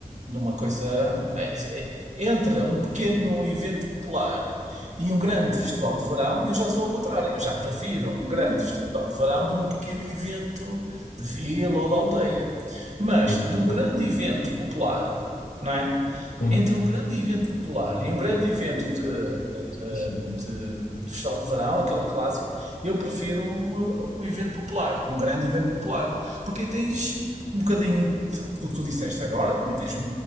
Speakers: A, on the right; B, on the left.
A: de uma coisa. é, é, Entre um pequeno evento popular e um grande festival de verão, eu já sou ao contrário. Eu já prefiro um grande festival de verão de um pequeno evento de vila ou de aldeia. Mas
B: É isso,
A: de
B: exato.
A: um grande evento popular, não é?
B: sim,
A: Entre um grande evento popular e um grande evento de eh,
B: sim,
A: uh, de de festival de verão, aquele clássico, eu prefiro o, o evento popular, um grande evento popular, porque aí tens um bocadinho de, do que tu disseste agora, também tens,